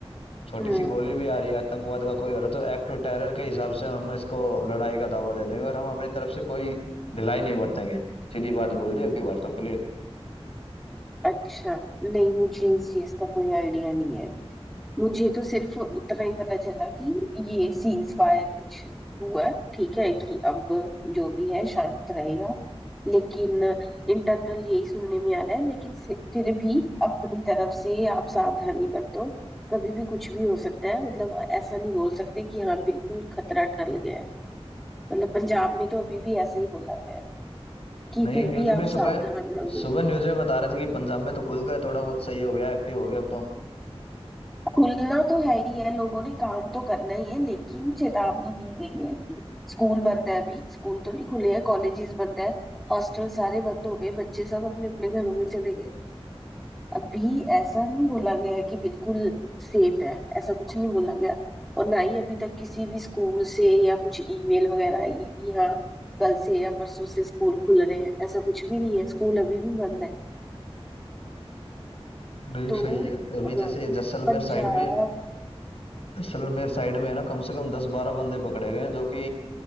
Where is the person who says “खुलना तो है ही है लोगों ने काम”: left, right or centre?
Centre